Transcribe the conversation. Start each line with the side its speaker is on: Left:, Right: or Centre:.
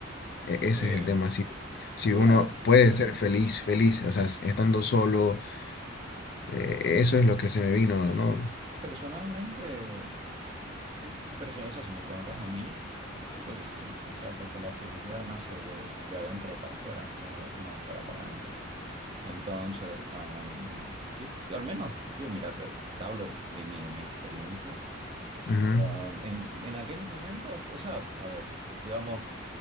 Left: E- Ese
Right: eh,
Left: es el tema. Si, si
Right: yo
Left: uno
Right: era,
Left: puede
Right: no,
Left: ser feliz, feliz, o sea, s- estando solo, eh, eso es lo que se me vino, no
Right: Personalmente, yo, perso- o sea, si me preguntas a mí, yo pienso que sí, o sea, porque la felicidad nace de, de adentro para afuera, no, no de afuera para adentro. Entonces, am, yo, al menos, yo, mira, te, te hablo de mí, de mi experiencia.
Left: Ujú,
Right: Am, en, en aquellos momentos, o sea, a ver, digamos,